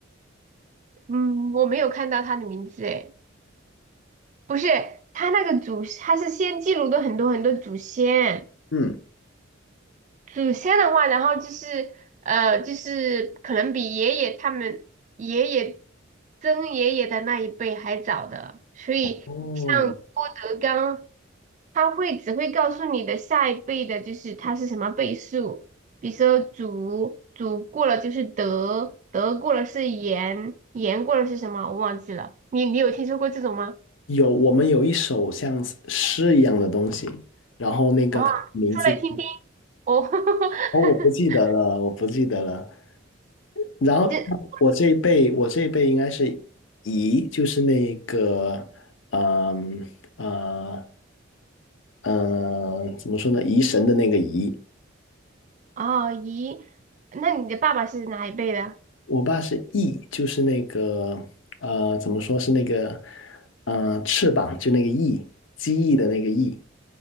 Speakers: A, on the right; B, on the left.
A: 嗯，我没有看到他的名字哎。不是，他那个祖，他是先记录的很多很多祖先，
B: 嗯。
A: 祖先的话，然后就是呃，就是可能比爷爷他们爷爷曾爷爷的那一辈还早的，所以像郭德纲，
B: 哦，
A: 他会只会告诉你的下一辈的，就是他是什么辈数，比如说祖祖过了就是德，德过了是严，严过了是什么，我忘记了，你你有听说过这种吗？
B: 有，我们有一首像诗一样的东西，然后那个它的名字，
A: 哇，说来听听。哦，<laughs>
B: 哦，我不记得了，我不记得了。然后我这一辈，
A: 这
B: 我这一辈应该是乙，就是那个，嗯呃呃，怎么说呢？疑神的那个疑。
A: 哦咦，那你的爸爸是哪一辈的？
B: 我爸是翼，就是那个，呃，怎么说是那个，呃，翅膀，就那个翼，机翼的那个翼。